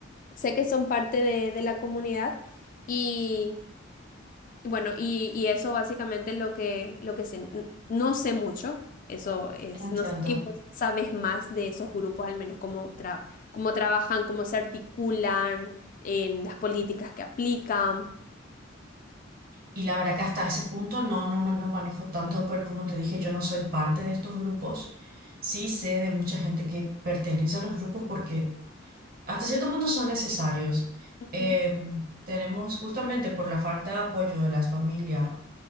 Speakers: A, on the left (about 45°); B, on the right (about 50°).
A: sé que son parte de, de la comunidad y bueno, y, y eso básicamente es lo que, lo que sé. N- No sé mucho, eso es,
B: entiendo.
A: no sé si vos sabes más de esos grupos, al menos cómo, tra- cómo trabajan, cómo se articulan, en las políticas que aplican.
B: Y la verdad que hasta ese punto no, no, ma- no manejo tanto, pero como te dije, yo no soy parte de estos grupos. Sí sé de mucha gente que pertenece a los grupos porque hasta cierto punto son necesarios.
A: Ujú,
B: Em, tenemos justamente por la falta de apoyo de las familias